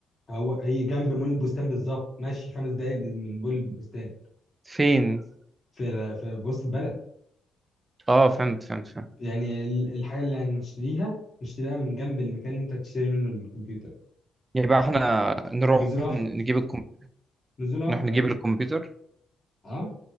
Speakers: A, on the left; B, on the right.
A: هو هي جنب مول البستان بالظبط ماشي خمس دقايق من مول البستان
B: فين
A: في في وسط البلد
B: اه فهمت فهمت فهمت
A: يعني ال- الحاجة اللي هنشتريها نشتريها من جنب المكان اللي انت هتشتري منه الكمبيوتر
B: يبقى احنا نروح
A: نزولة واحدة
B: نجيب الكم...
A: نزولة واحدة
B: نروح نجيب الكمبيوتر
A: اه